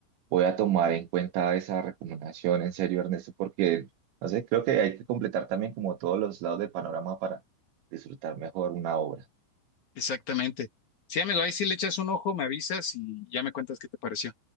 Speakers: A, on the right; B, on the left.
A: voy a tomar en cuenta esa recomendación en serio, Ernesto, porque no sé, creo que hay que completar también como todos los lados del panorama para disfrutar mejor una obra.
B: exactamente. Sí, amigo, ahí sí le echas un ojo, me avisas y ya me cuentas qué te pareció.